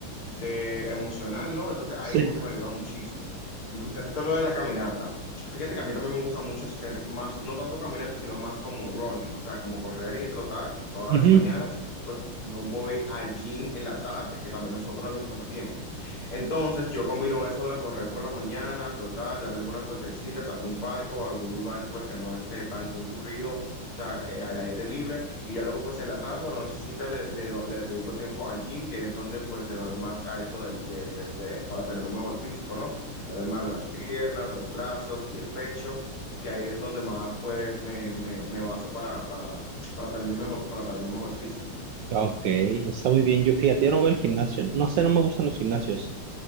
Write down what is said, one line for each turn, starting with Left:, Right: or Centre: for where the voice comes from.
Left: de emocional, ¿no? Entonces ahí
Right: Sí.
Left: como que me ayuda muchísimo. Mencionaste lo de la caminata. Fíjate que a mí también me gusta mucho hacer más, no tanto caminata, sino más como running, o sea, como correr y trotar todas
Right: ujú.
Left: las mañanas. Pues yo voy al gym en la tarde, que también es otro de mis pasatiempos. Entonces yo combino eso de correr por la mañana, trotar, dar algunas vueltecitas a algún parque o a algún lugar pues que no esté tan concurrido, o sea, eh, al aire libre y ya luego pues en la tarde o en la nochecita le, le, do- le dedico tiempo al gym, que es donde pues le doy más a eso del de, de- de- para tener un mejor físico, ¿no? Le doy más a las piernas, los brazos y el pecho, que ahí es donde más pues me, me, me baso para, para, para tener mi mejor, para tener un mejor físico.
Right: Ok, está muy bien. Yo fíjate, yo no voy al gimnasio. No sé, no me gustan los gimnasios.